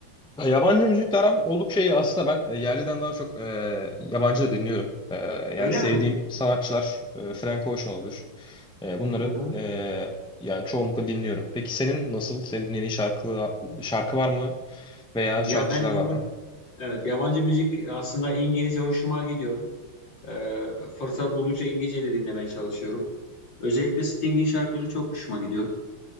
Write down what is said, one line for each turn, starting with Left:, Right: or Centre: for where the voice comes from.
Centre: yabancı müzikle aram oldukça iyi. Aslında ben e, yerliden daha çok e, yabancı da dinliyorum. E, yani
Left: Öyle
Centre: sevdiğim
Left: mi?
Centre: sanatçılar e, Frank Ocean olabilir. E, bunları
Left: Hı hı.
Centre: e, yani çoğunlukla dinliyorum. Peki senin nasıl? Senin dinlediğin şarkı, şarkı var mı? Veya
Left: Ya
Centre: şarkıcılar
Left: ben yalnız
Centre: var mı?
Left: evet yabancı müzik aslında İngilizce hoşuma gidiyor. Ee, fırsat buldukça İngilizce de dinlemeye çalışıyorum. Özellikle Sting'in şarkıları çok hoşuma gidiyor.